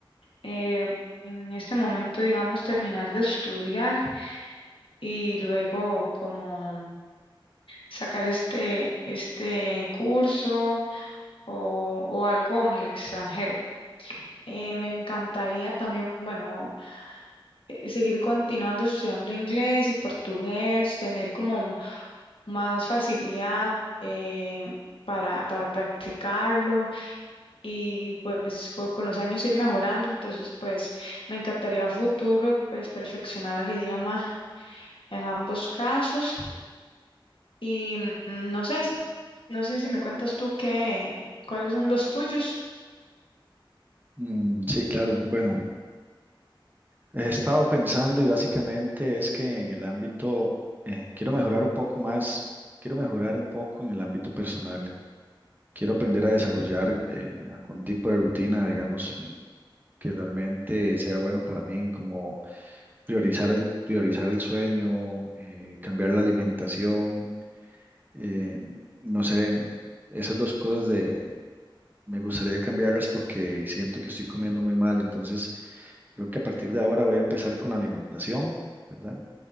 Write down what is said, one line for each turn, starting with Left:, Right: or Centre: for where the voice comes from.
Left: eh, en este momento, digamos, terminar de estudiar y luego como sacar este, este curso o, o algo en el extranjero. Eh, me encantaría también, bueno. eh, seguir continuando estudiando inglés y portugués, tener como más facilidad eh, para, para practicarlo y pues por, con los años ir mejorando. Entonces, pues me encantaría a futuro pues perfeccionar el idioma en ambos casos y mm, no sé, no sé si me cuentas tú qué, cuáles son los tuyos.
Right: Mm, sí, claro. Bueno, he estado pensando y básicamente es que en el ámbito, eh, quiero mejorar un poco más, quiero mejorar un poco en el ámbito personal. Quiero aprender a desarrollar eh, algún tipo de rutina, digamos, eh, que realmente sea bueno para mí, como priorizar el, priorizar el sueño, eh, cambiar la alimentación Eh, no sé, esas dos cosas de me gustaría cambiarlas porque siento que estoy comiendo muy mal, entonces creo que a partir de ahora voy a empezar con la alimentación, ¿verdad?